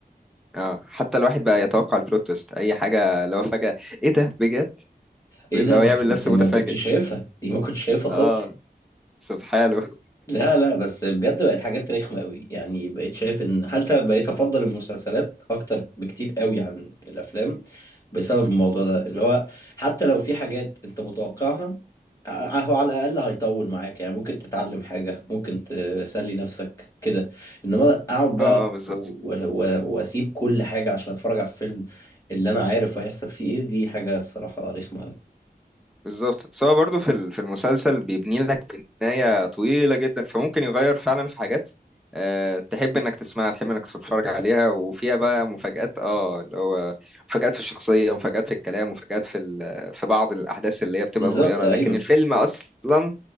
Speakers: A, in the centre; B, on the left (about 20°).
A: اه حتى الواحد بقى يتوقع البلوت تويست اي حاجة لو فجأة ايه ده بجد
B: ايه
A: اللي
B: ده
A: هو
B: ما
A: يعمل
B: كنت
A: نفسه
B: ما
A: متفاجئ
B: كنتش شايفها دي ما كنتش شايفها
A: اه
B: خالص
A: سبحانه
B: لا لا بس بجد بقت حاجات رخمة قوي يعني بقيت شايف ان حتى بقيت افضل المسلسلات اكتر بكتير قوي عن الافلام بسبب الموضوع ده اللي هو حتى لو في حاجات انت متوقعها ع- هو على الاقل هيطول معاك يعني ممكن تتعلم حاجة ممكن تسلي نفسك كده انما اقعد بقى
A: اه اه بالظبط
B: و- و- واسيب كل حاجة عشان اتفرج على الفيلم اللي انا عارف هيحصل فيه ايه دي حاجة الصراحة رخمة قوي
A: بالظبط سواء برضو في ال- في المسلسل بيبني لك بناية طويلة جدا فممكن يغير فعلا في حاجات أه تحب انك تسمعها تحب انك تتفرج عليها وفيها بقى مفاجآت اه اللي هو مفاجآت في الشخصية ومفاجآت في الكلام ومفاجآت في ال- في بعض الأحداث اللي هي بتبقى
B: بالظبط
A: صغيرة
B: ايوه
A: لكن الفيلم أصلا